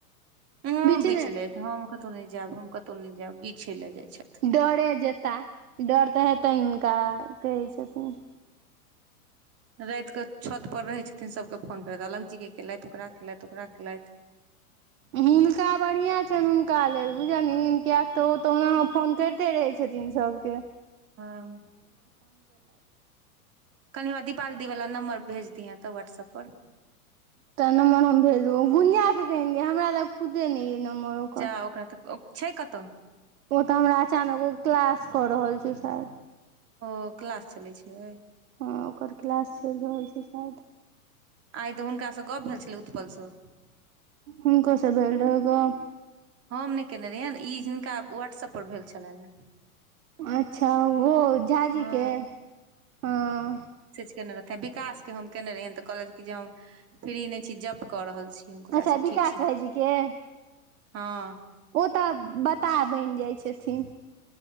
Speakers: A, on the right; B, on the right.
A: उ
B: बीच
A: बिछ
B: मे
A: ले हम कतहु नहि जायब हम कतहु न नहि जायब बिछे ले जाय छै
B: डरे जेताह डर तऽ हेतनि हुनका कहै छथिन
A: राति केऽ छत पर रहै छथिन सबके फोन करैत अलग जी के केलथि ओकरा केलथि ओकरा केलथि
B: हुनका बढ़िआँ छनि हुनका लेल बुझलनि कियैक तऽ ओ तऽ ओना फोन करिते रहै छथिन सभ त
A: हँ कनि हमरा दीपा दीदी वला नंबर भेज दिहँ तऽ व्ट्सअप पर
B: तऽ नम्बर हम भेज गुनिया के कहन हमरा लग खुदे नहि ये नम्बर ओकर
A: जा ओकरा तऽ छै कतऽ
B: ओतऽ हमरा अचानक ओ क्लास कर रहल छै शायद
A: ओ क्लास चलै छै
B: हँ ओकर क्लास चलि रहल छै शायद
A: आई तऽ हुनकासँ गप भेल छलै उत्पलसँ
B: हुनको सँ भेल रहै गप
A: हम नहि केयने रहियै ई हिनका व्हाट्सऐप पर भेल छलनि ह
B: अच्छा ओहो झाजी
A: हँ
B: केँ हँ
A: केने रहथि विकास के हम केने रहियें ते कहल क जे हम फ्री न छी जॉब क रहल छी हम कहलियै
B: अच्छा विकास
A: ठीक छै
B: भायजी केँ
A: हँ
B: ओ तऽ बताह बनि जाइत छथिन